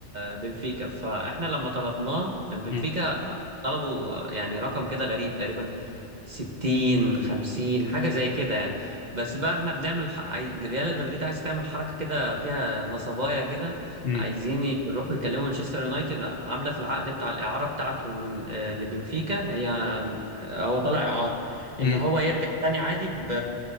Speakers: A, on the right; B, on the left.
A: بنفيكا فاحنا لما طلبناه من بنفيكا
B: امم
A: طلبوا يعني رقم كده غريب تقريبا ستين خمسين حاجة زي كده يعني بس بقى احنا بنعمل ح... عاي... ريال مدريد عايز تعمل حركة كده فيها نصبايا كده
B: امم
A: عايزين يروحوا يكلموا مانشستر يونايتد عاملة في العقد بتاع الإعارة بتاعته من آه، لبنفيكا هي آه، هو طالع إعارة إن
B: امم
A: هو يرجع تاني عادي ب